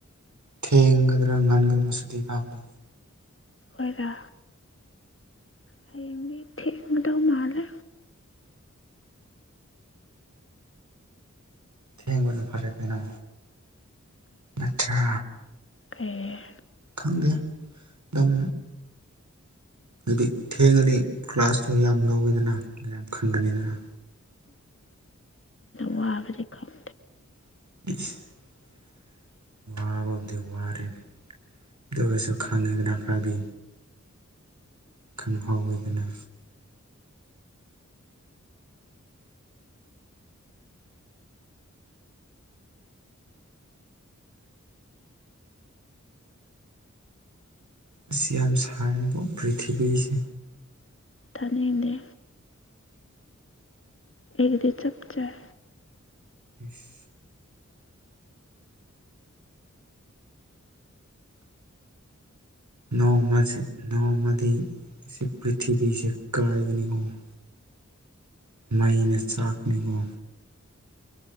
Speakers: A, on the right (about 70°); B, on the left (about 45°).
A: ꯊꯦꯡꯒꯗ꯭ꯔꯥ ꯉꯟꯒꯗ꯭ꯔꯥ ꯁꯨꯇꯤ ꯊꯥꯕꯗꯣ
B: ꯑꯩꯈꯣꯏꯔ ꯍꯌꯦꯡꯗꯤ ꯊꯦꯡꯗꯧ ꯃꯥꯂꯦ
A: ꯊꯦꯡꯕꯅ ꯐꯔꯛ ꯍꯥꯏꯅ ꯑꯆꯥꯆꯥ
B: ꯑꯦ
A: ꯈꯪꯗꯦ ꯑꯗꯨꯝ ꯑꯗꯨꯗꯤ ꯊꯦꯡꯉꯗꯤ ꯀ꯭ꯂꯥꯁꯇꯨ ꯌꯥꯝ ꯂꯧꯋꯦꯗꯅ ꯌꯥꯝ ꯈꯪꯒꯅꯤꯗꯅ
B: ꯋꯥ ꯍꯥꯕꯔ ꯈꯥꯦ
A: <unintelligible> ꯋꯥꯕꯕꯨꯗꯤ ꯋꯥꯔꯦꯅꯦ ꯑꯗꯨꯒꯁꯨ ꯈꯪꯉꯤꯗꯅ ꯈꯥꯕꯤ ꯈꯪꯍꯥꯎꯋꯦꯗꯅ ꯑꯁꯤ ꯌꯥꯝ ꯁꯦꯕ ꯄ꯭ꯔꯤꯊꯤꯕꯤꯁꯦ
B: ꯊꯥꯅꯤꯡꯉꯦ ꯑꯩꯒꯤꯗꯤ ꯆꯞ ꯆꯥꯏ
A: ꯏꯁ ꯅꯣꯡꯃꯁꯦ ꯅꯣꯡꯃꯗꯤ ꯁꯤ ꯄ꯭ꯔꯤꯊꯤꯕꯤꯁꯦ ꯀꯥꯏꯒꯅꯤ ꯈꯪꯉꯣ ꯃꯩꯅ ꯆꯥꯛꯅꯤꯒꯣ